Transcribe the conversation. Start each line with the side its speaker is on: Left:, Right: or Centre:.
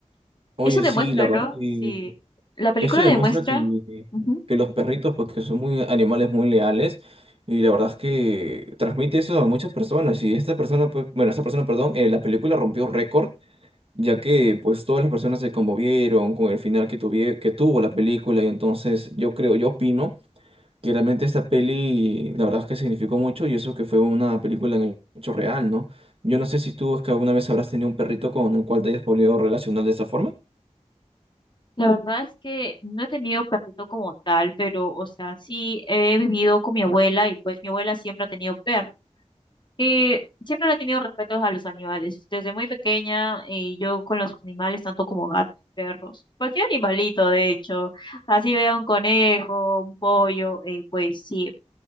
Right: Oye,
Left: Eso demuestra,
Right: sí, la verdad
Left: ¿no?
Right: que
Left: Sí, la película
Right: esto demuestra
Left: demuestra.
Right: que,
Left: Ujú.
Right: que los perritos, pues que son muy animales muy leales, y la verdad es que transmite eso a muchas personas. Y esta persona, pues, bueno, esta persona, perdón, eh, la película rompió récord ya que pues todas las personas se conmovieron con el final que tuvie- que tuvo la película y entonces yo creo, yo opino que realmente esta peli la verdad es que significó mucho y eso que fue una película en hecho real, ¿no? Yo no sé si tú es que alguna vez habrás tenido un perrito con el cual te hayas podido relacionar de esa forma.
Left: La verdad es que no he tenido perrito como tal, pero, o sea, sí he vivido con mi abuela y pues mi abuela siempre ha tenido perros. Eh, siempre le he tenido respeto a los animales. Desde muy pequeña, eh, yo con los animales, tanto como gatos, perros, cualquier animalito, de hecho, así vea un conejo, un pollo, eh, pues sí,